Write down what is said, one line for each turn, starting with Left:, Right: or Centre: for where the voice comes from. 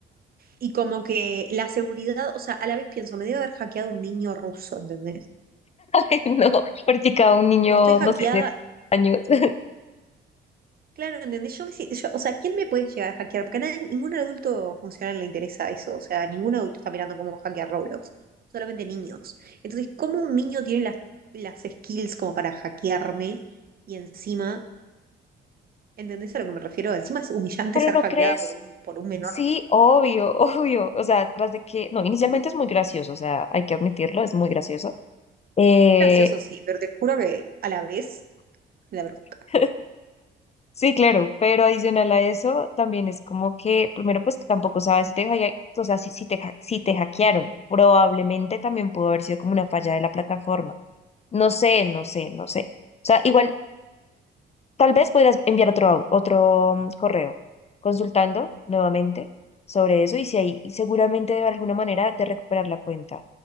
Right: Y como que la seguridad, o sea, a la vez pienso, me debe haber hackeado un niño ruso, ¿entendés?
Left: ay no, practicaba un niño,
Right: Tipo, estoy hackeada,
Left: no sé, de años. <laughs>
Right: claro, ¿entendés? Yo me, si- yo- o sea, ¿quién me puede llegar a hackear? Porque a nadie- ningún adulto funcional le interesa eso, o sea, ningún adulto está mirando cómo hackear Roblox, solamente niños. Entonces, ¿cómo un niño tiene las, las skills como para hackearme y encima, ¿entendés a lo que me refiero? Encima es humillante
Left: Pero
Right: ser
Left: no
Right: hackeada
Left: crees,
Right: por un, por un menor.
Left: Sí, obvio, <laughs> obvio. O sea, tras de que, no, inicialmente es muy gracioso, o sea, hay que admitirlo, es muy gracioso. Eh,
Right: Es gracioso, sí, pero te juro que a la vez la brusca.
Left: <laughs> sí, claro, pero adicional a eso, también es como que, primero, pues tampoco sabes si te, hacke- o sea, si, si te, ha- si te hackearon. Probablemente también pudo haber sido como una falla de la plataforma. No sé, no sé, no sé. O sea, igual Tal vez podrías enviar otro, au- otro mm, correo consultando nuevamente sobre eso y si hay, y seguramente debe haber alguna manera de recuperar la cuenta.